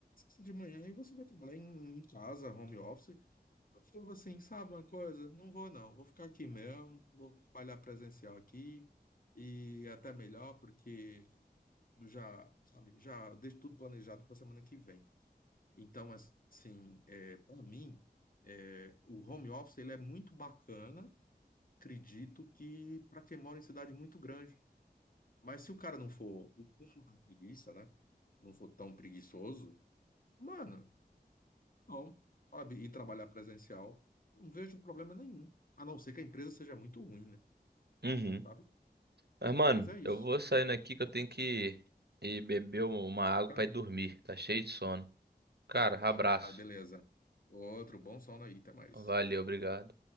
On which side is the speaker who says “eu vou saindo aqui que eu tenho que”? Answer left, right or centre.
Right